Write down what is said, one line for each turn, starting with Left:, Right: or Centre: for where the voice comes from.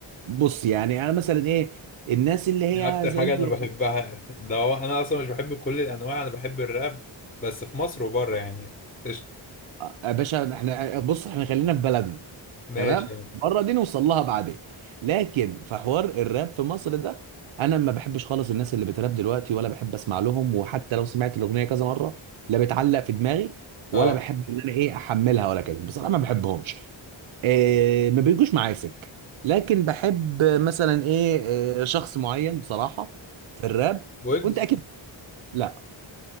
Right: بص يعني انا مثلا ايه الناس اللي
Left: دي
Right: هي
Left: أكتر
Right: زي
Left: حاجة أنا بحبها <laughs> ده هو أنا أصلا مش بحب كل الأنواع أنا بحب الراب بس في مصر وبره يعني قشطة
Right: آه، يا باشا احنا بص احنا خلينا في بلدنا
Left: ماشي
Right: تمام
Left: يعني
Right: بره دي نوصل لها بعدين لكن في حوار الراب في مصر ده انا ما بحبش خالص الناس اللي بتراب دلوقتي ولا بحب اسمع لهم وحتى لو سمعت الاغنيه كذا مره لا بتعلق في دماغي ولا
Left: اه
Right: بحب ان انا ايه احملها ولا كده بصراحه ما بحبهمش إيه ما بيجوش معايا سكه لكن بحب مثلا ايه إيه، شخص معين بصراحه في الراب
Left: ويجز
Right: وانت اكيد لا